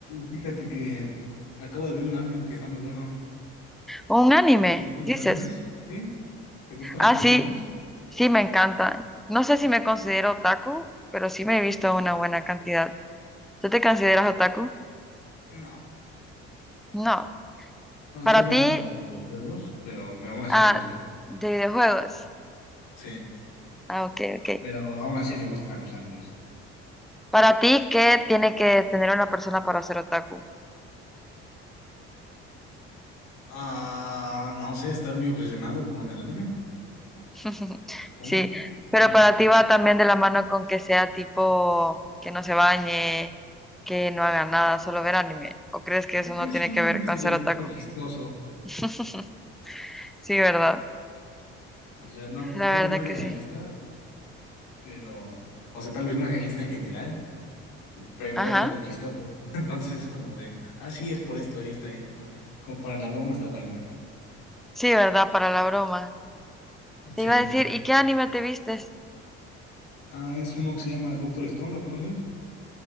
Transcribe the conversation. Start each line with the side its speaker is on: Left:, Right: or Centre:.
Left: Fíjate que acabo de ver un anime que está muy bueno.
Centre: Un anime,
Left: ¿Te gustan
Centre: dices.
Left: los animes? ¿Sí? ¿Te gustan
Centre: Ah,
Left: a ti
Centre: sí,
Left: los animes?
Centre: sí me encantan. No sé si me considero otaku, pero sí me he visto una buena cantidad. ¿Tú te consideras otaku?
Left: No.
Centre: No.
Left: No,
Centre: Para
Left: soy más
Centre: ti,
Left: como de videojuegos, pero me, aún así
Centre: ah,
Left: me gustan.
Centre: de videojuegos.
Left: Sí.
Centre: Ah, ok, ok.
Left: Pero aún así me gustan los animes.
Centre: Para ti, ¿qué tiene que tener una persona para ser otaku?
Left: Ah, no sé, estoy muy obsesionado con el anime,
Centre: <laughs>
Left: supongo.
Centre: Sí, pero
Left: <laughs>
Centre: para ti va también de la mano con que sea tipo que no se bañe, que no haga nada, solo ver anime. ¿O crees que eso no
Left: Es
Centre: tiene
Left: un
Centre: que ver
Left: estereotipo
Centre: con ser otaku?
Left: chistoso.
Centre: <laughs> Sí, ¿verdad?
Left: O sea, no,
Centre: La
Left: tal vez
Centre: verdad
Left: no es
Centre: que
Left: realista,
Centre: sí.
Left: pero, o sea, tal vez no es realista en general, pero
Centre: Ajá.
Left: es algo chistoso. <laughs> Entonces es como de, ah, sí, es por esto, esto, esto. Como para la broma está bueno.
Centre: Sí, ¿verdad? Para la broma. Te
Left: Sí.
Centre: iba a decir, ¿y qué anime te viste?
Left: Ah, es uno que se llama Doctor Stone, ¿lo conoces?